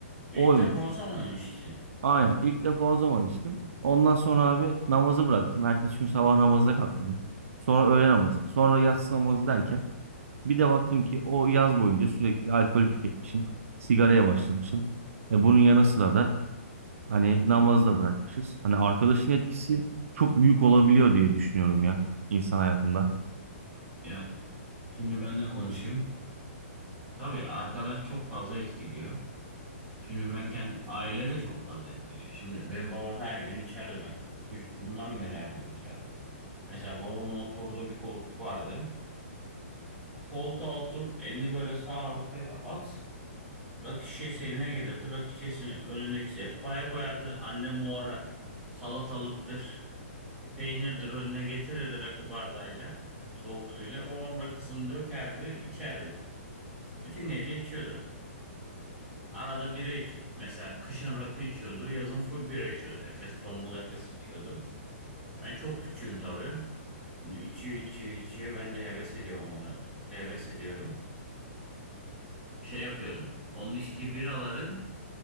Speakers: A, in the centre; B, on the right.
A: İlk
B: Oymuş.
A: defa o zaman işte.
B: Aynen. İlk defa o zaman içtim. Ondan sonra abi namazı bıraktım. Ertesi gün sabah namazda kalkmadım. Sonra öğle namazı. Sonra yatsı namazı derken bir de baktım ki o yaz boyunca sürekli alkol tüketmişim. Sigaraya başlamışım. E bunun yanı sıra da hani namazı da bırakmışız. Hani arkadaşın etkisi çok büyük olabiliyor diye düşünüyorum ya insan hayatında.
A: Ya şimdi ben de konuşayım. Tabii arkadaş çok fazla etkiliyor. Şimdi ben kendi aile de çok fazla etkiliyor. Şimdi benim babam her gün içeride ben. Çocukluğumdan beri her gün içeride. Mesela babamın oturduğu bir koltuk vardı. Koltuğa otur, elini böyle sağ arkaya at. Rakı şişesi eline gelirdi. Rakı şişesini önündeki sehpaya koyardı. Annem o ara salatalıktır, peynirdir önüne getirirdi rakı bardağıyla, soğuk suyla. Babam rakısını dökerdi, içerdi. Bütün gece içiyordu. Arada bira içiyordu. Mesela kışın rakı içiyordu, yazın full bira içiyordu. Efes, tombul Efes içiyordu. Ben çok küçüğüm tabii. Şimdi içiyor, içiyor, içiyor. Ben de heves ediyorum ama Heves ediyorum. Şey yapıyordum. Onun içtiği biraların